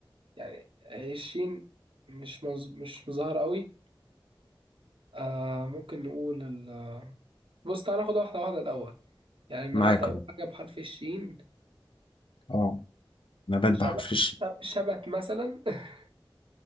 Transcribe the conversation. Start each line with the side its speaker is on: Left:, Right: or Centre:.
Right: يعني هي الشين مش مز... مش مظاهرة قوي آه ممكن نقول ال... بص تعالى ناخد واحدة واحدة الأول يعني النبات
Left: معاك
Right: أول
Left: أهو.
Right: حاجة بحرف الشين
Left: اه نبات
Right: شبت
Left: بحرف الشين
Right: شبت مثلا <laughs>